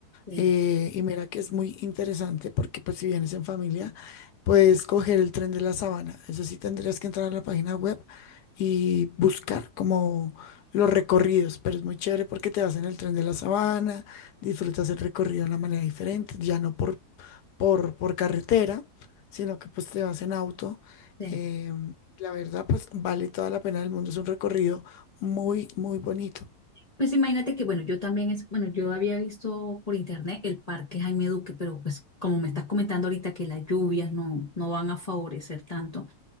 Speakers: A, on the left; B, on the left.
A: Sí,
B: Eh, y mira que es muy interesante porque pues si vienes en familia, puedes coger el tren de la Sabana. Eso sí, tendrías que entrar a la página web y buscar como los recorridos, pero es muy chévere porque te vas en el tren de la Sabana, disfrutas el recorrido de una manera diferente, ya no por por, por carretera, sino que pues te vas en auto.
A: sí.
B: Em, la verdad, pues vale toda la pena del mundo. Es un recorrido muy, muy bonito.
A: Pues imagínate que, bueno, yo también es, bueno, yo había visto por internet el parque Jaime Duque, pero pues como me estás comentando ahorita que las lluvias no, no van a favorecer tanto.